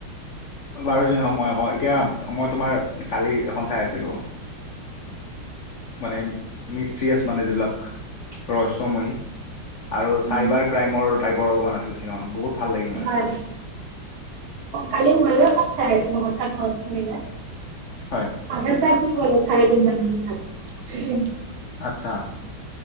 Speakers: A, on the left; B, on the right.
A: বাৰু যি‌ নহক মই কওঁ এতিয়া। মই তোমাৰ কালি এখন চাই আছিলো। মানে মিষ্ট্ৰিয়াছ মানে যিবিলাক ৰহস্যময়। আৰু
B: উম
A: চাইবাৰ ক্ৰাইমৰ টাইপৰ অলপমান আছিল চিনেমাখন। বহুত ভাল লাগিল মানে
B: হয় অ কালি মইয়ো সেইখন চাই আছিলো হঠাৎ মনত পৰিলে।
A: হয়।
B: আধা চাই শুই গ'লো চাৰে তিনটামান বজাত।
A: আচ্ছা।